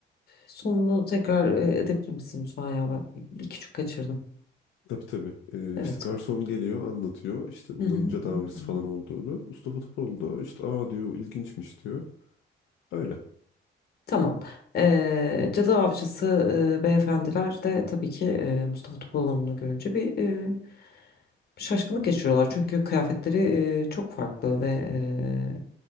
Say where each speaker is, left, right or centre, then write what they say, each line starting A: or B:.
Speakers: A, on the left; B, on the left.
A: sonunu tekrar e, edebilir misin lütfen ya? Ben bir küçük kaçırdım.
B: Tabii tabii. Ee,
A: Evet.
B: işte garson geliyor anlatıyor. İşte bunların
A: Hı hı.
B: tedavisi
A: Hı hı.
B: falan olduğunu. Mustafa Topal da işte aa diyor ilginçmiş diyor. Öyle.
A: Tamam. Eee Cadı Avcısı eee, beyefendiler de tabii ki eee, Mustafa Topaloğlu'nu görünce bir eee, şaşkınlık geçiriyorlar. Çünkü kıyafetleri eee, çok farklı ve eee,